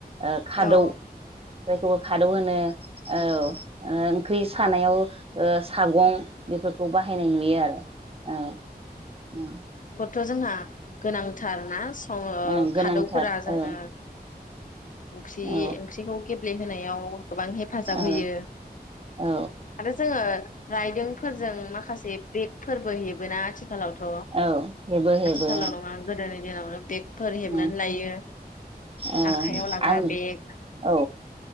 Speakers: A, on the right (about 35°); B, on the left (about 55°).
A: ओ खादौ
B: औ
A: जायखौ खादौ होनो औ। ओ ओंख्रि सानायाव ओ सागं बेफोरखौ बाहायनाय नुयो आरो औ उम।
B: थ' जोंहा गोनां थार ना सङो ओ
A: ओं गोनांथार
B: खादौफोरा जोङो
A: औ
B: ओंख्रि
A: औ
B: ओंख्रिखौ गेब ब्ले होनायाव गोबां हेफाजाब
A: औ
B: होयो
A: औ
B: आरो जोङो रायदोंफोरजों माखासे बेग फोरबो हेबोना आथिख खालावथ'
A: औ हेबो हेबो
B: आथिखालाव नङा गोदोनि दिनावनो <unintelligible> फोर हेबनानै
A: औ
B: लायो।
A: औ
B: आखाइयाव लाग्रा
A: आं
B: बेग
A: औ